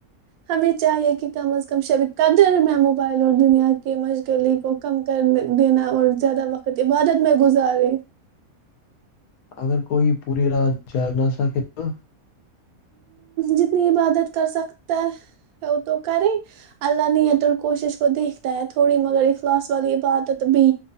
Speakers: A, on the right; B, on the left.
A: ہمیں چاہیے کہ کم از کم شبھی قدر میںموبائ اور دنیا کی مشغلی کو کم کر دینا اور زیادہ وقت عبادت میں گزارے
B: اگر کوئی پوری رات جگنا سکے تو
A: جتنی عبادت کر سکتا ہے وہ تو کریں اللہ نیت اور کوشش کو دیکھتا ہے تھوڑی مگر اخلاص والی عبادت بھی